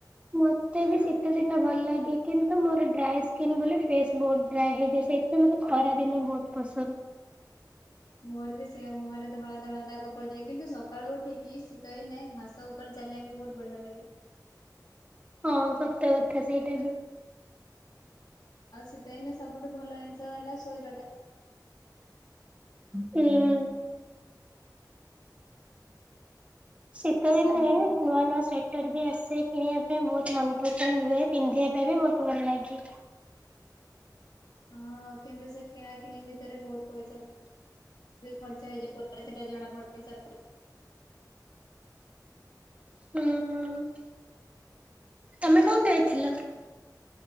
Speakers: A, on the right; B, on the left.
A: ମତେ ବି ଶୀତ ଦିନ ଭଲ ଲାଗେ କିନ୍ତୁ ମୋର ଡ୍ରାଏ ସ୍କିନ୍ ବୋଲି ଫେସ୍ ବହୁତ ଡ୍ରାଏ ହେଇଯାଏ ସେ ଯେ ମତେ ଖରା ଦିନେ ବହୁତ୍ ପସନ୍ଦ।
B: ମୋର ବି ସେୟା ମୁହଁରେ ଧଳା ଧଳା ଦାଗ ପଡିଯାଏ କିନ୍ତୁ ସକାଳୁ ଉଠିକି ଶୀତ ଦିନେ ଘା ସ ଉପରେ ଚାଲିବାକୁ ବହୁତ ବଢିଆ ଲାଗେ।
A: ହଁ ସତ କଥା ସେଇଟା ବି।
B: ଆଉ ଶୀତଦିନେ ସବୁଠୁ ଭଲ ଜିନିଷ ହେଲା ଶୋଇବାଟା।
A: ହୁଁ ହୁଁ। ଶୀତଦିନେ
B: ହୁଁ
A: ନୂଆ ନୂଆ ସ୍ଵେଟର ବି ଆସେ କିଣିବା ପାଇଁ ବହୁତ୍ ମନପସନ୍ଦ ହୁଏ। ପିନ୍ଧିବା ପାଇଁ ବି ବହୁତ ଭଲ ଲାଗେ।
B: ହଁ କିନ୍ତୁ ସେ କିଣା କିିଣି ଭିତେରେ ବହୁତ ପଇସା ବି ଖର୍ଚ ହେଇଯାଏ ପରେ ସେଟା ଜଣାପଡେ ପଇସା।
A: ହୁଁ। ତମେ କଣ ଖାଇଥିଲ?